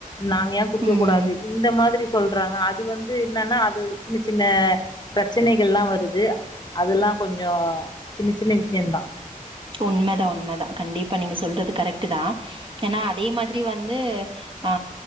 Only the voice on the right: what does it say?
ம்
உண்மதா உண்மதா கண்டிப்பா நீங்க சொல்றது கரெக்ட் தான் ஏன்னா அதே மாதிரி வந்து ஆ